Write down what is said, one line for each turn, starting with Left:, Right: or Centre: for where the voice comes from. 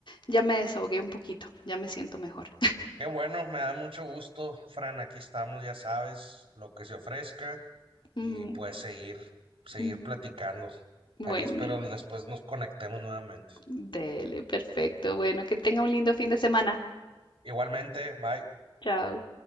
Left: ya me desahogué un poquito, ya me siento mejor.
Right: Qué bueno, me da mucho gusto, Fran. Aquí estamos, ya sabes, lo que se ofrezca
Left: Mm,
Right: y pues seguir, seguir
Left: mm,
Right: platicando.
Left: Bueno,
Right: Ahí espero después nos conectemos nuevamente.
Left: dele, perfecto. Bueno, que tenga un lindo fin de semana.
Right: Igualmente, bye.
Left: Chao.